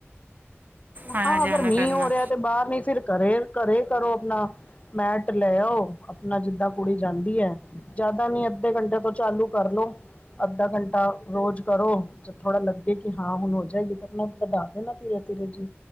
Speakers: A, on the right; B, on the left.
A: ਆਣਾ
B: ਹਾਂ
A: ਜਾਣਾ
B: ਅਗਰ ਮੀਂਹ
A: ਕਰਨਾ
B: ਹੋ ਰਿਹਾ ਤੇ ਬਾਹਰ ਨੀ ਫਿਰ ਘਰੇ ਘਰੇ ਕਰੋ ਆਪਣਾ ਮੈਟ ਲੈ ਆਓ, ਆਪਣਾ ਜਿੱਦਾਂ ਕੁੜੀ ਜਾਂਦੀ ਐ ਜਿਆਦਾ ਨੀ ਅੱਧੇ ਘੰਟੇ ਤੋਂ ਚਾਲੂ ਕਰਲੋ। ਅੱਧਾ ਘੰਟਾ ਰੋਜ਼ ਕਰੋ, ਜੇਬਥੋੜਾ ਲੱਗੇ ਕਿ ਹਾਂ ਹੁਣ ਹੋ ਜਾਏਗੀ ਤਾਂ ਆਪਣਾ ਵਧ ਦੇਣਾ। ਧੀਰ ਧੀਰ ਜੀ।